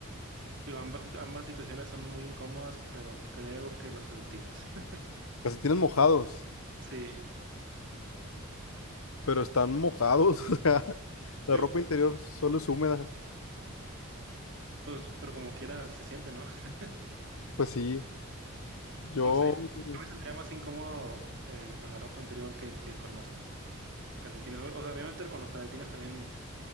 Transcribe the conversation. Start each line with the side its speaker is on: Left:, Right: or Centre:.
Right: digo, ambas, ambas situaciones son muy incómodas, pero creo que los josetinas. <laughs>
Left: Calcetines mojados.
Right: Sí,
Left: pero están mojados, <laughs> o sea, la
Right: digo,
Left: ropa interior solo es húmeda.
Right: pues, pero como quiera se siente, ¿no? <laughs>
Left: Pues sí, yo,
Right: No sé,
Left: mm,
Right: yo me sentiría más incómodo eh, con la ropa interior que, que con los calcetines. O, o sea, obviamente con los calcetines también,